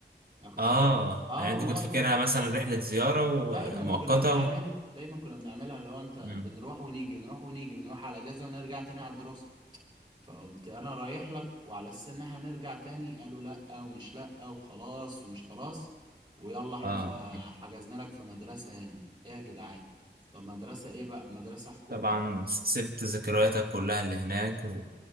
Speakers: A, on the right; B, on the right.
A: انا كنت
B: اه
A: فاكر اه
B: يعني
A: والله
B: انت كنت فاكرها مثلا رحلة زيارة ومؤقتة
A: دايما كنا بنعملها
B: و...
A: دايما كنا بنعملها اللي هو انت بنروح
B: مم.
A: ونيجي بنروح ونيجي بنروح على اجازة ونرجع تاني على الدراسة فقمت انا رايح لك وعلى اساس ان احنا نرجع تاني قالوا لا ومش لا وخلاص ومش خلاص ويلا احنا
B: اه
A: حجزنا لك في مدرسة هنا ايه يا جدعان طب مدرسة ايه بقى مدرسة حكومي
B: طبعا سبت ذكرياتك كلها اللي هناك و...